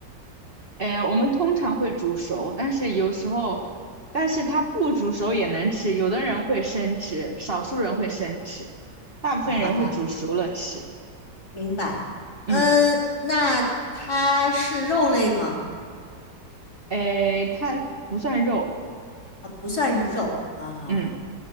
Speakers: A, on the right; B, on the left.
A: 哎，我们通常会煮熟，但是有时候，但是它不煮熟也能吃。有的人会生吃，少数人会生吃，大部分人会煮熟了吃。
B: 啊，好的。明白。
A: 嗯，
B: 嗯，那它是肉类吗？
A: 哎，它不算肉，
B: 啊，不算是肉啊。
A: 嗯